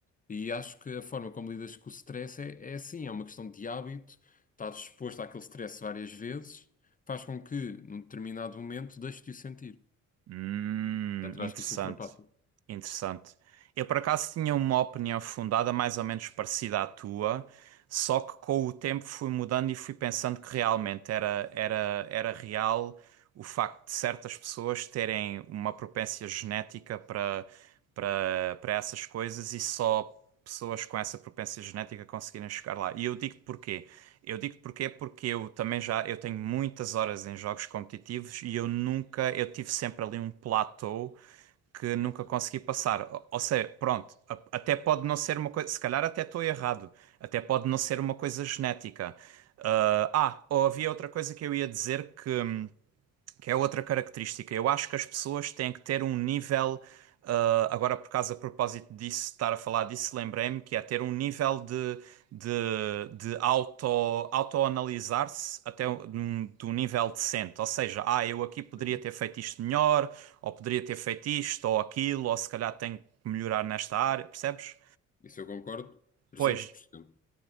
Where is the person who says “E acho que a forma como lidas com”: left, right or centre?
Left